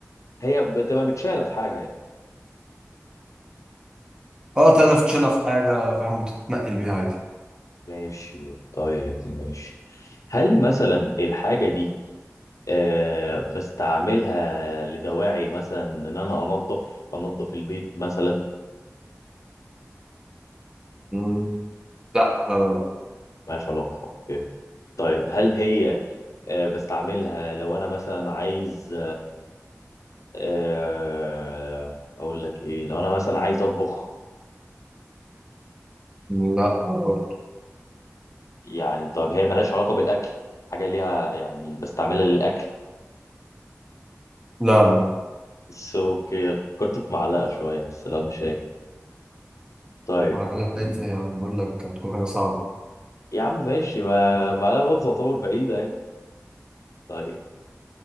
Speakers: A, on the left; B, on the right.
A: هي بتبقى متشالة في حاجة يعني
B: اه تقدر تشيلها في حاجة فاهم وتتنقل بيها عادي
A: ماشي طيب ماشي هل مثلا الحاجة دي آه، بستعملها لدواعي مثلا ان انا انظف انظف البيت مثلا
B: مم. لا لا لا
A: ملهاش علاقه أوكي. طيب هل هي آه، بستعملها لو انا مثلا عايز آه، اقول لك ايه لو انا مثلا عايز اطبخ
B: لا لا برضه.
A: يعني طب هي ملهاش علاقه بالاكل حاجه ليها يعني بستعملها للاكل
B: لا لا لا
A: بس اوكي فكرت في معلقه شويه بس لا مش هي طيب
B: معلقتي
A: م-
B: يعني بقول لك هتكون حاجة صعبة
A: يا عم ماشي ما معلقه برضه تعتبر بعيده يعني طيب